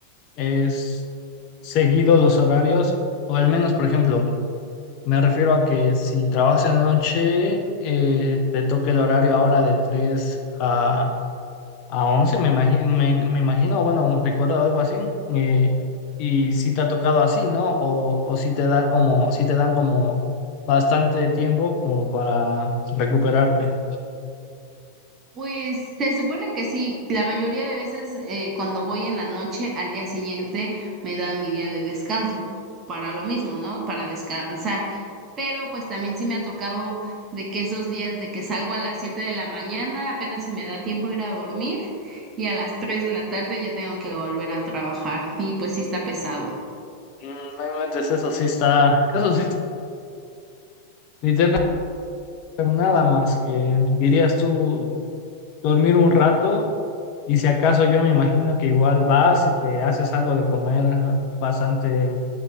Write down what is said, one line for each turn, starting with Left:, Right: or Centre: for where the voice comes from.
Left: es seguido los horarios, o al menos, por ejemplo, me refiero a que si trabajas en la noche, eh, te toca el horario ahora de 3 a A 11 me imagino, me, me imagino, bueno, recuerdo algo así. eh, y si te ha tocado así, ¿no? O, o si te da como, si te dan como bastante tiempo como para recuperarte.
Right: Pues se supone que sí, la mayoría de veces eh, cuando voy en la noche al día siguiente me dan mi día de descanso para lo mismo, ¿no? Para descansar. Pero pues también sí me ha tocado de que esos días de que salgo a las 7 de la mañana, apenas si me da tiempo ir a dormir y a las 3 de la tarde ya tengo que volver a trabajar y pues sí está pesado.
Left: Mm, No inventes, eso sí está, eso sí, literalmente nada más que dirías tú dormir un rato y si acaso yo me imagino que igual vas y que haces algo de comer bastante